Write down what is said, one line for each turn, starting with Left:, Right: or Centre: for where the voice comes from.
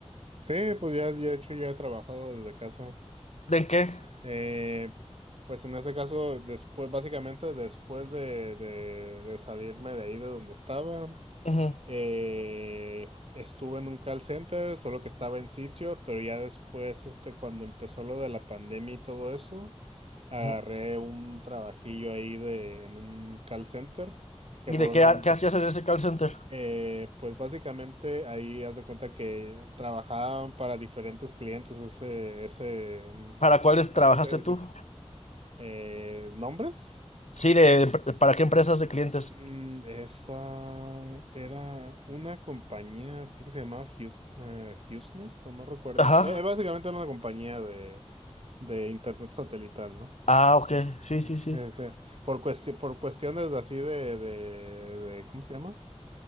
Right: Sí, pues ya, ya, de hecho ya he trabajado desde casa.
Left: ¿De en qué?
Right: Eh, Pues en ese caso, después, básicamente después de, de- de salirme de ahí de donde estaba,
Left: Ujú,
Right: eh, estuve en un call center, solo que estaba en sitio, pero ya después, este, cuando empezó lo de la pandemia y todo eso, agarré
Left: ujú.
Right: un trabajillo ahí de, en un call center, que
Left: ¿Y
Right: pues
Left: de
Right: básicamente,
Left: qué, qué hacías en ese call center?
Right: eh, pues básicamente ahí haz de cuenta que trabajaban para diferentes clientes ese, ese, mm,
Left: ¿Para cuáles trabajaste
Right: ese, ese- ese,
Left: tú?
Right: eh, nombres.
Left: Sí, de, ¿para qué empresas de clientes?
Right: Mm, esa era una compañía, creo que se llamaba Hughes, eh, HughesNet, o no recuerdo.
Left: Ajá.
Right: Eh, eh, básicamente era una compañía de, de internet satelital, ¿no?
Left: Ah, ok. Sí,
Right: Eh,
Left: sí, sí.
Right: eh, se- por cuesti- por cuestiones así de, de, de, ¿cómo se llama?